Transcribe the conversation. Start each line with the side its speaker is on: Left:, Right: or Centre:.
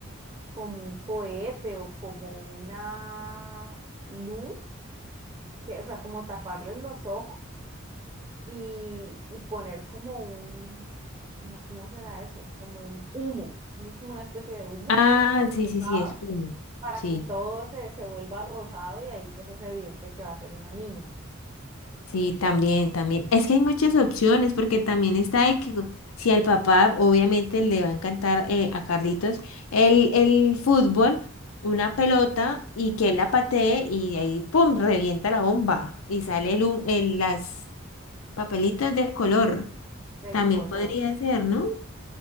Right: Como un cohete o como una luz, que, o sea, como taparles los ojos y, y poner como un, una- ¿cómo será eso? Como un humo. Eso es como una especie de humo
Left: Ah,
Right: rosado,
Left: sí, sí, sí, es uno.
Right: para
Left: Sí,
Right: que todo se, se vuelva rosado y ahí pues es evidente que va a ser una niña
Left: sí, también, también. Es que hay muchas opciones porque también está de que si al papá obviamente le va a encantar eh, a Carlitos el, el fútbol, una pelota y que él la patee y de ahí, ¡pum!, revienta la bomba y sale el, hum- el- las papelitas de color.
Right: del
Left: También
Right: color.
Left: podría ser, ¿no?